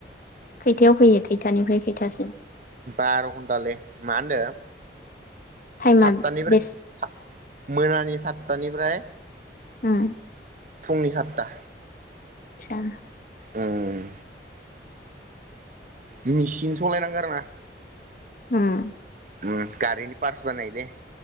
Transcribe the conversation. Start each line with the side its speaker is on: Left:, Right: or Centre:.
Left: खैथायाव फैयो खैथानिफ्राय खैथासिम
Right: बार' घन्टालै मा होनदों
Left: टाइमा
Right: सातथानिफ्राय
Left: बेस
Right: मोनानि सात साततानिफ्राय
Left: हम
Right: फुंनि खातता
Left: आतसा
Right: ओं मेचिन सलायनांगौ आरो ना
Left: उम
Right: उम गारिनि पार्स बानायो जे